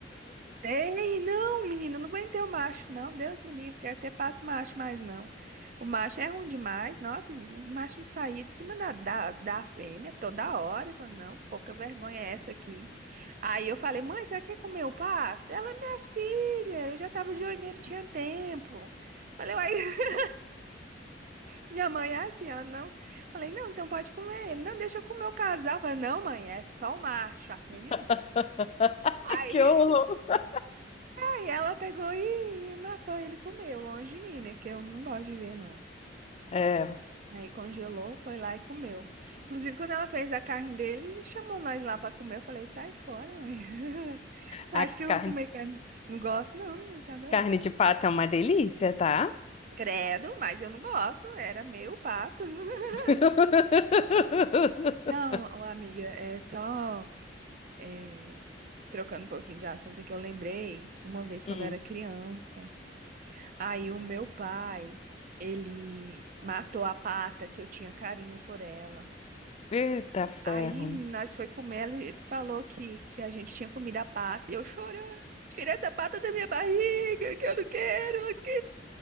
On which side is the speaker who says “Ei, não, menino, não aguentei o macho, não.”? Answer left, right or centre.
Right